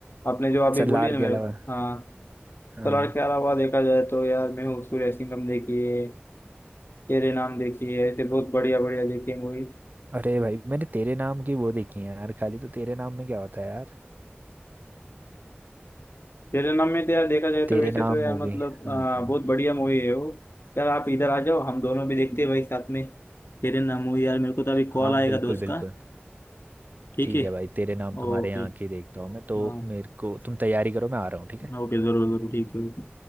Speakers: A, on the left; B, on the right.
A: आपने जो अभी
B: सलार
A: बोली ना
B: के
A: मेरे
B: अलावा
A: को, हाँ
B: हाँ
A: सलार के अलावा देखा जाए तो यार मैं हूँ सूर्य सिंघम देखिए तेरे नाम देखिए ऐसे बहुत बढ़िया बढ़िया देखिए मूवी
B: अरे भाई मैंने तेरे नाम की वो देखी है यार खाली तो तेरे नाम में क्या होता है यार
A: तेरे नाम में तो यार देखा जाए
B: तेरे
A: तो वैसे
B: नाम
A: तो यार
B: मूवी
A: मतलब
B: हाँ
A: आ, बहुत बढ़िया मूवी है वो यार आप इधर आ जाओ हम दोनों भी देखते हैं भाई साथ में तेरे नाम मूवी यार मेरे को तो अभी
B: हाँ
A: कॉल आएगा
B: बिल्कुल
A: दोस्त
B: बिल्कुल
A: का ठीक
B: ठीक
A: है
B: है भाई तेरे नाम तुम्हारे
A: ओके
B: यहाँ की देखता हूँ मैं तो
A: हाँ
B: मेरे को तुम तैयारी करो मैं आ रहा हूँ ठीक है
A: ओके जरूर जरूर ठीक है